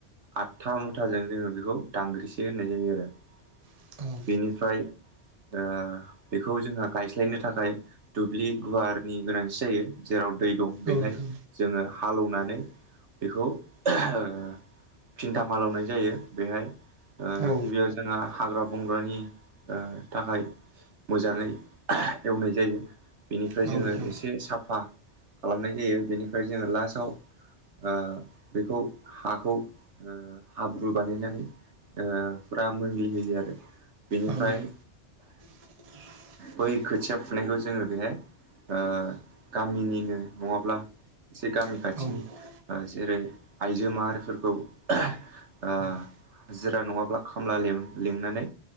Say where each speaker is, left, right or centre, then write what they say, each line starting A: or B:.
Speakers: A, on the right; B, on the right.
A: आदथा मुथाजों जोङो बेखौ दांग्रिसे होननाय जायो आरो नंगौ थारैनो सैथो।
B: औ
A: बेनिफ्राय जों बेखौ गायो। बेखौ जोंहा गायस्लायनो थाखाय दुब्लि गुवारनि गोनांथि जायो जेराव जों माइ गायो। दै दं बेहाय
B: औ नोंथां
A: जोङो हालौवनानै बेखौ गायनाय जायो। सििन्था मालावनाय जायो बेहाय नंगौ सैथो।
B: औ
A: गिबियाव जोंहा हाग्रा बंग्रानि थाखाय फोसाबना लानाय जायो। मोजाङै एवनाय जायो बेनिफ्राय
B: औ नोंथां
A: जोङो एसे साफा खालामनाय जायो बेनिफ्राय जोङो लासाव आ बेखौ हाखौ ओ हाब्रु बानायनानै जोङो फुरा मोनग्लि होयो आरो बेनिफ्राय
B: औ नोंथां औ <inaudible>
A: बै खोथिया फुनायखौ जोङो बेहाय ओ गामिनिनो नङाब्ला एसे गामि
B: औ
A: खाथिनि जेरै आइजो माहारिफोरखौ ओ
B: औ
A: हाजिरा नङाब्ला खामला लिंनानै